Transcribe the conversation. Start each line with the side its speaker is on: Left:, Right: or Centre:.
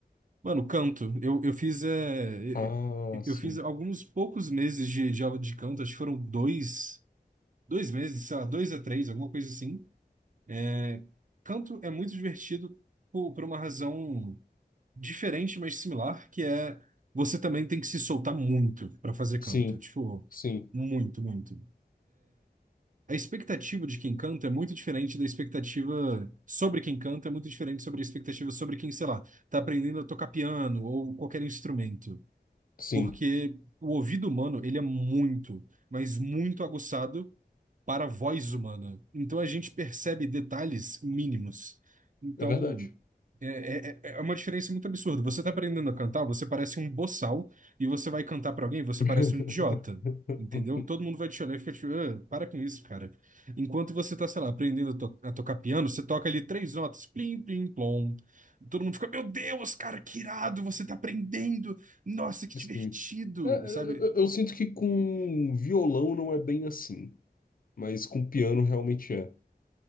Right: Mano, canto. Eu, eu fiz, é,
Left: Ah,
Right: é, eu
Left: sim.
Right: fiz alguns poucos meses de, de aula de canto, acho que foram dois, dois meses, sei lá, dois a três, alguma coisa assim. É, canto é muito divertido por, por uma razão diferente, mas similar, que é você também tem que se soltar muito para fazer canto.
Left: Sim,
Right: Tipo,
Left: sim,
Right: muito, muito. A expectativa de quem canta é muito diferente da expectativa sobre quem canta, é muito diferente sobre a expectativa sobre quem, sei lá, tá aprendendo a tocar piano ou qualquer instrumento.
Left: sim.
Right: Porque o ouvido humano, ele é muito, mas muito aguçado para a voz humana. Então a gente percebe detalhes mínimos. Então
Left: É verdade.
Right: é, é- é é uma diferença muito absurda. Você está aprendendo a cantar, você parece um boçal, e você vai cantar para alguém, você
Left: <laughs>
Right: parece um idiota. Entendeu? Todo mundo vai te olhar e fica tipo, "Ah, para com isso, cara. Enquanto você tá, sei lá, aprendendo a, to- a tocar piano, você toca ali três notas, plim, plim, plom. Todo mundo fica, meu Deus, cara, que irado, você tá aprendendo. Nossa, que divertido,
Left: Sim. É, eu,
Right: sabe?
Left: eu- eu sinto que com violão não é bem assim, mas com piano realmente é.